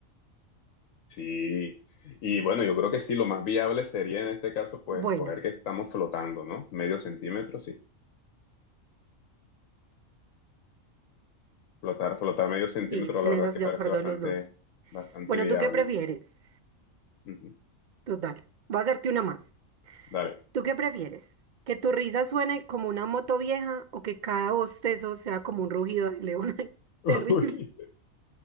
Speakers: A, on the left; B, on the right.
A: Sí. Y bueno, yo creo que sí, lo más viable sería en este caso, pues,
B: Bueno,
A: escoger que estamos flotando, ¿no? Medio centímetro, sí. Flotar, flotar medio centímetro,
B: sí,
A: la
B: en
A: verdad
B: esas
A: es que
B: de
A: parece
B: acuerdo
A: bastante,
B: los dos.
A: bastante
B: Bueno,
A: viable.
B: ¿tú qué prefieres?
A: Ujú.
B: Total, voy a hacerte una más.
A: Dale.
B: ¿Tú qué prefieres? ¿Que tu risa suene como una moto vieja o que cada bostezo sea como un rugido de león? <laughs> Ay,
A: <laughs>
B: terrible.